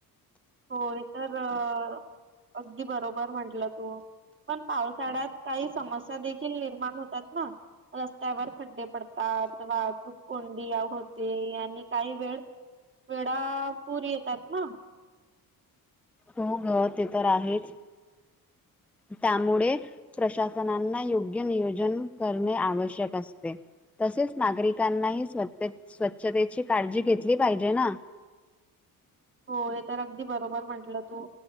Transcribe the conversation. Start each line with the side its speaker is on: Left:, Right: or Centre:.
Right: हो हे तर अगदी बरोबर म्हंटलं तू पण पावसाळ्यात काही समस्या देखील निर्माण होतात ना रस्त्यावर खड्डे पडतात वाहतूक कोंडीया होते आणि काही वेळ वेडा पुर येतात ना
Centre: हो ग ते तर आहेच त्यामुळे प्रशासनांना योग्य नियोजन करणे आवश्यक असते तसेच नागरिकांनाही स्व स्वच्छतेची काळजी घेतली पाहिजे ना <inaudible>
Right: हो हे तर अगदी बरोबर म्हंटलं तू